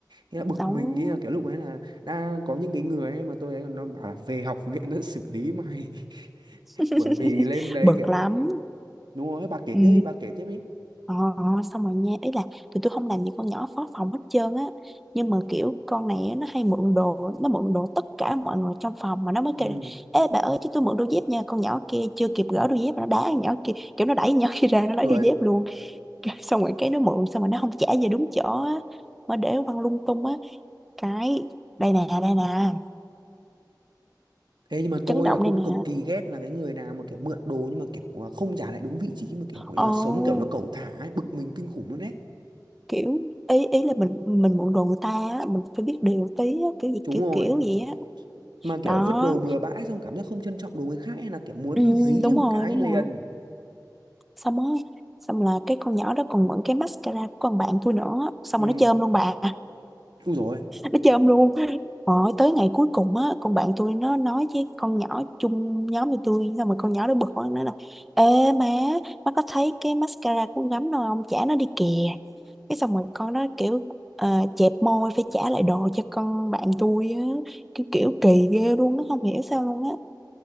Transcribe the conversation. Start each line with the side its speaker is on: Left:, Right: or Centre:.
Right: thế là bực
Centre: Đóng
Right: mình nghĩ là kiểu lúc ấy là đã có những cái người ấy mà tôi ấy còn nó bảo là về học viện nó xử lý mày <laughs>
Centre: <laughs>
Right: bởi vì lên đấy
Centre: bực
Right: kiểu
Centre: lắm.
Right: đúng rồi bà kể
Centre: Ừ.
Right: tiếp đi, bà kể tiếp đi
Centre: Ờ, ờ, xong rồi nha. Ý là tụi tôi không làm gì con nhỏ phó phòng hết trơn á. Nhưng mà kiểu con này á, nó hay mượn đồ. Nó mượn đồ tất cả mọi người trong phòng. Mà nó mới
Right: ừ
Centre: kêu là, Ê bà ơi chứ tôi mượn đôi dép nha. Con nhỏ kia chưa kịp gỡ đôi dép. Mà nó đá con nhỏ kia. Kiểu nó đẩy con nhỏ kia ra. Nó lấy
Right: rồi
Centre: đôi dép luôn Cái- xong rồi cái nó mượn xong rồi nó không trả về đúng chỗ á mà để quăng lung tung á cái đây nè đây nè
Right: thế nhưng mà
Centre: chấn
Right: tôi
Centre: động
Right: là cũng
Centre: đây nè
Right: cực kỳ ghét là cái người nào mà kiểu mượn đồ nhưng mà kiểu à, không trả lại đúng vị trí mà kiểu gọi
Centre: ồ
Right: là sống kiểu nó cẩu thả ấy, bực mình kinh khủng luôn đấy
Centre: kiểu ý ý là mình mình mượn đồ người ta á mình phải biết điều tí á kiểu gì
Right: đúng
Centre: kiểu
Right: rồi
Centre: kiểu vậy á
Right: mà kiểu
Centre: đó
Right: vứt đồ bừa bãi xong cảm giác không trân trọng đồ người khác hay là kiểu muốn
Centre: ừ,
Right: dí
Centre: đúng
Right: cho một
Centre: rồi
Right: cái
Centre: đúng
Right: liền
Centre: rồi xong á xong là cái con nhỏ đó còn mượn cái mascara của con bạn tôi nữa xong
Right: ừ
Centre: rồi nó chơm luôn bà
Right: ui rồi
Centre: nó chơi ông luôn Rồi tới ngày cuối cùng á con bạn tôi nó nói với con nhỏ chung nhóm với tôi xong rồi con nhỏ nó bực quá nó nói là ê má má có thấy cái mascara của con gắm đâu không trả nó đi kìa cái xong rồi con nó kiểu ờ, chẹp môi phải trả lại đồ cho con bạn tôi á kiểu kiểu kỳ ghê luôn nó không hiểu sao luôn á